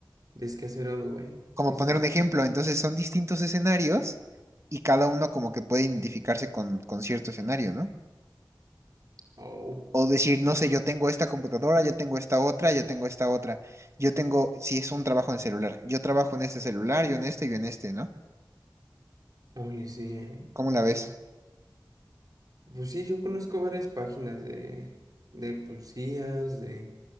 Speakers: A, on the right; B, on the right.
A: Descacerado, vaya.
B: como
A: Sí, sí,
B: poner
A: sí.
B: un ejemplo, entonces son distintos escenarios y cada uno como que puede identificarse con, con cierto escenario, ¿no?
A: Oh,
B: O decir, no sé, yo tengo esta computadora, yo tengo esta otra, yo tengo esta otra, yo tengo, si es un trabajo en celular, yo trabajo en este celular, yo en este, yo en este, ¿no?
A: oye, sí, ¿eh?
B: ¿Cómo
A: Sí,
B: la ves?
A: sí. Pues sí, yo conozco varias páginas de, de pues, de,